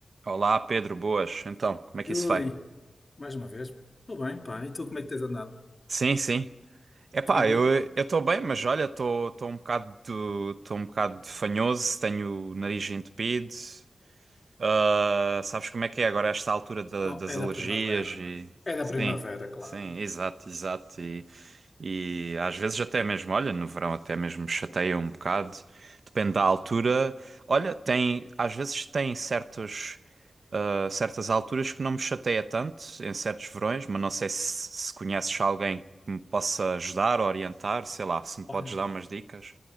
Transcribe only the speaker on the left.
Yuri,
mais uma vez, tudo bem, pá, e tu como é que tens andado?
Tranquilo?
Oh,
é
da primavera,
não é? É da
primavera, claro.
Olha,